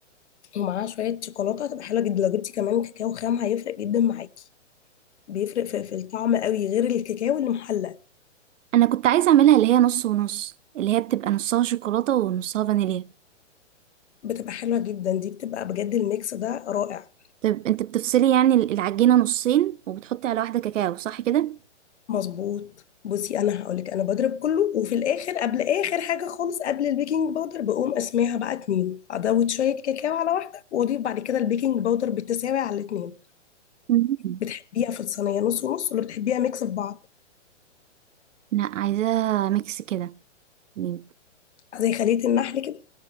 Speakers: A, on the left; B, on the right.
A: ومعاها شويه شوكولاته هتبقى حلوه جدا لو جبتي كمان كاكاو خام هيفرق جدا معاكي بيفرق في, في الطعم قوي غير الكاكاو اللي محلى
B: انا كنت عايزة اعملها اللي هي نص ونص اللي هي بتبقى نصها شوكولاتة ونصها فانيليا
A: بتبقى حلوة جدا دي بتبقى بجد الميكس ده رائع
B: طب انت بتفصلي يعني العجينة نصين وبتحطي على واحدة كاكاو صح كده
A: مظبوط بصي انا هقولك انا بضرب كله وفي الاخر قبل اخر حاجه خالص قبل البيكنج باودر بقوم اسميها بقى اتنين ازود شويه كاكاو على واحده واضيف بعد كده البيكنج باودر بالتساوي على الاتنين
B: مم.
A: بتحبيها في الصينيه نص ونص ولا بتحبيها ميكس في بعض
B: لا عايزاها ميكس كده يعني
A: زي خليه النحل كده